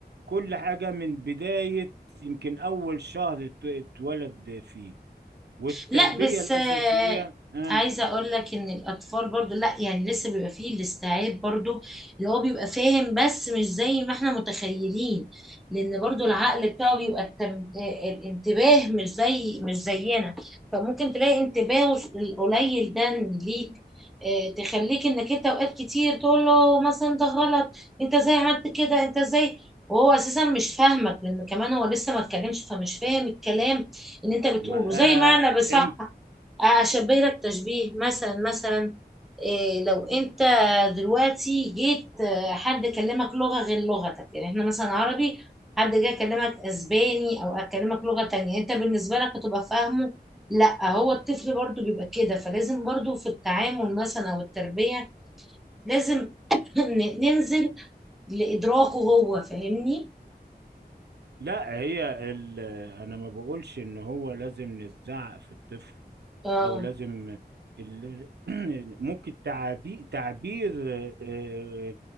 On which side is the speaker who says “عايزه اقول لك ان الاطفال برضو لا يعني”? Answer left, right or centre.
Centre